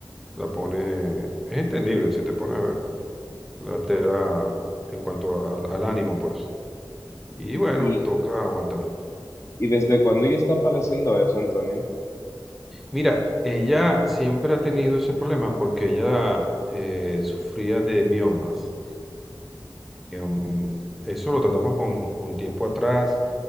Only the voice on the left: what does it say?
¿Y,
y desde cuándo ella está padeciendo eso, Antonio?